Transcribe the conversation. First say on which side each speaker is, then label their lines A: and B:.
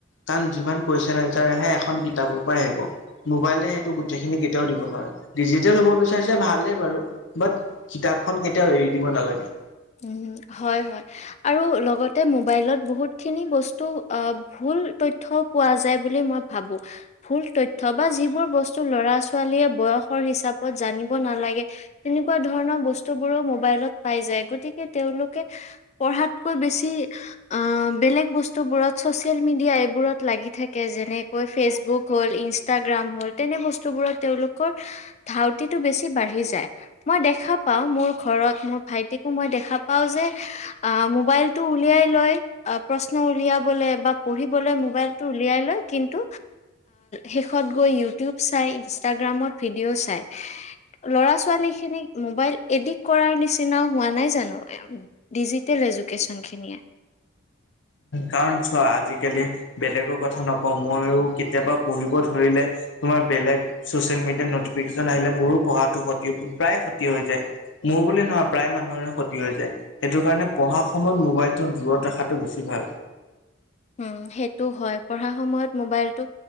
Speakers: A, on the left; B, on the left.
A: কাৰণ যিমান কুৱেশচন এচাৰ আহে এখন কিতাপৰ পৰাই আহিব মোবাইলে গোটেইখিনি কেতিয়াও দিব নোৱাৰে ডিজিটেল হব বিচাৰিছে ভালেই বাৰু বাট কিতাপখন কেতিয়াও এৰি দিব নালাগে
B: উ হয় হয় আৰু লগতে মোবাইলত বহুত খিনি বস্তু আহ ভুল তথ্য়ও পোৱা যায় বুলি মই ভাবো ভুল তথ্য বা যিবোৰ বস্তু লৰা ছোৱালীয়ে বয়সৰ হিচাপত জানিব নালাগে তেনেকুৱা ধৰণৰ বস্তু বোৰো মোবাইলত পাই যায় গতিকে তেওঁলোকে পঢ়াতকৈ বেছি আহ বেলেগ বস্তুবোৰত চচিয়েল মিডিয়া এইবোৰত লাগি থাকে যেনেকৈ ফেচবুক হল ইনষ্টাগ্ৰাম হল তেনে বস্তুবোৰত তেওঁলোকৰ ধাউতিতটো বেছি বাঢ়ি যায় মই দেখা পাওঁ মোৰ ঘৰত মোৰ ভাইটিক মই দেখা পাওঁ যে মোবাইলটো উলিয়াই লৈ প্ৰশ্ন উলিয়াবলৈ বা পঢ়িবলৈ মোবাইলটো উলিয়াই লৈ কিন্তু শেষত গৈ ইউটিউব চাই ইনষ্টাগ্ৰামত ভিডিঅ' চাই ল'ৰা ছোৱালীখিনিক মোবাইল এডিক্ট কৰাৰ নিচিনাও হোৱা নাই জানো ডিজিটেল এজুকেচন খিনিয়ে
A: কাৰণ চোৱা আজিকালি বেলেগৰ কথা নকওঁ মইো কেতিয়াবা পঢ়িব ধৰিলে তোমাৰ বেলেগ চচিয়েল মিডিয়াত নটিফিকেশচন আহিলে মোৰো পঢ়াটো ক্ষতি প্ৰায় ক্ষতি হৈ যায় মোৰ বুলি নহয় প্ৰায় মানুহৰে ক্ষতি হৈ যায় সেইটো কাৰণে পঢ়া সময়ত মোবাইলটো দূৰত ৰখাতটো বেছি ভাল
B: উ সেইটো হয় পঢ়া সময়ত মোবাইলটো